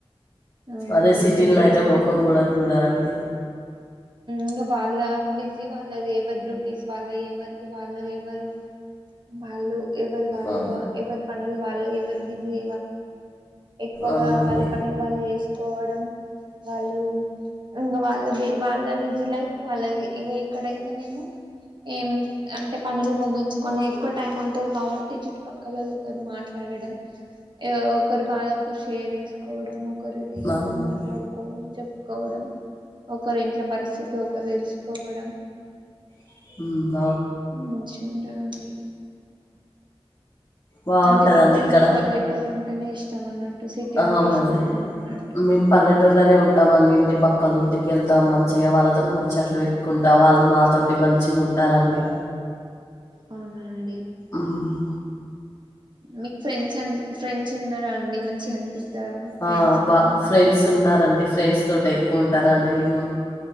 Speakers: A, on the right; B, on the left.
A: అవునండి
B: అదే సిటీ
A: సిటీలో
B: లో అయితే
A: అంటే
B: మొఖం కూడా చూడరాాండి
A: ఇంకా వాళ్ళ బిజీ వాళ్ళది ఎవరి డ్యూటీస్ వాళ్ళ ఎవరిది వాళ్ళు ఎవరు వాళ్ళు ఎవరు వాళ్ళ
B: ఆ
A: ఎవరు పనల్ వాళ్ళ ఎవరి బీసీ ఎక్కువగా
B: అవునండి
A: వాళ్ళ పనులు వాళ్ళు చేసుకు కోవడం వాళ్ళు ఇంకా వాళ్ళ వాళ్ళ బిజీ లైఫ్ వాళ్ళ ఇక ఇక్కడైతేనేమో ఏం అంటే పనులు ముగించుకొని ఎక్కువ టైం ఉంటది కాబట్టి చుట్టుపక్కలలోతో మాట్లాడడం ఒకరు బాధ ఒకరు షేర్ చేసుకోవడం ఒకరిది ఒకరు
B: అవునండి
A: మాట్లాడుకోవడం చె కోవడం ఓ ఒకరి ఇంట్ల పరిస్థితి ఒకరు తెలుసుకోవడం
B: <unintelligible>
A: మంచి ఉంటదండి
B: బాగుంటదండి
A: అంటే మీకు
B: ఇక్కడ
A: పల్లెటూరు అంట అనే ఇష్టం అన్నట్టు సిటీ
B: అవునండి
A: అంటే ఇష్టం ఉండదు అన్నట్టు
B: మేము పల్లెటూరులోనే ఉంటామన్ని ఇంటి పక్క ఒకళ్ళ ఇంటికిెళ్తాం మంచిగా వాళ్ళతో ముచ్చట్లు పెట్టుకుంటా వాళ్ళు మా తోటి మంచిగా ఉంటారండి
A: అవునండి
B: ఉమ్
A: మీకు ఫ్రెండ్స్ అ ఫ్రెండ్స్ ఉన్నారా అండి మంచిగా ఎంత పిస్తారా మీ
B: ఆ!
A: ఫ్రెండ్స్ తోని
B: బా
A: ఉం
B: ఫ్రెండ్స్
A: <unintelligible>
B: ఉన్నారండి. ఫ్రెండ్స్ తోట ఎక్కువ ఉంటార అండి నేను